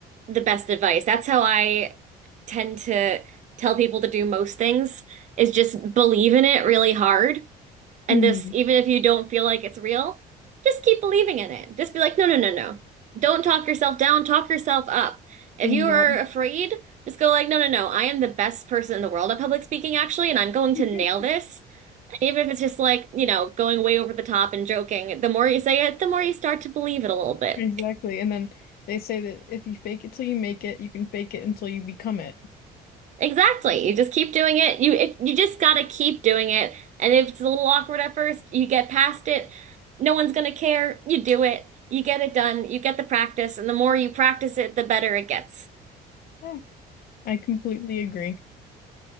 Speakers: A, on the right; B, on the left.
A: the best advice. That's how I tend to tell people to do most things is just believe in it really hard And
B: hmm
A: this, even if you don't feel like it's real, just keep believing in it. Just be like, no, no, no, no. Don't talk yourself down, talk yourself up. If
B: Yep.
A: you are afraid, just go like, no, no, no. I am the best person in the world at public speaking, actually, and I'm going
B: <laughs>
A: to nail this. And even if it's just like, you know, going way over the top and joking, the more you say it, the more you start to believe it a little bit.
B: Exactly. And then they say that if you fake it till you make it, you can fake it until you become it.
A: Exactly. You just keep doing it. You if you just gotta keep doing it. And if it's a little awkward at first, you get past it. No one's gonna care. You do it. You get it done. You get the practice, and the more you practice it, the better it gets.
B: Yeah. I completely agree.